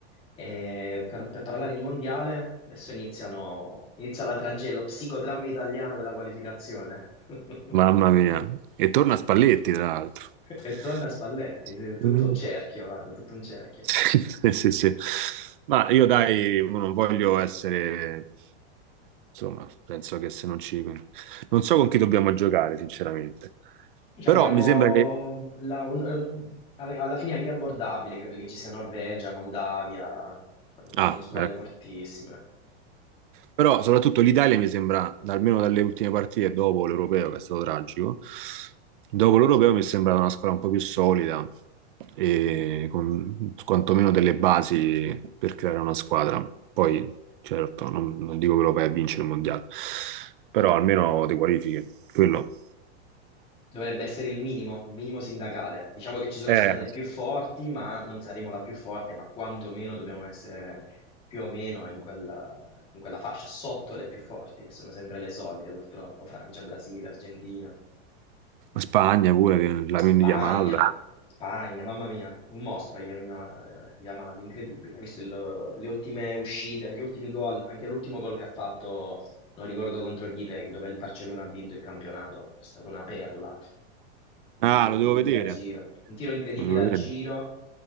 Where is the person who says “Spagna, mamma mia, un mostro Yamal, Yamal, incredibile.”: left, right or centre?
Left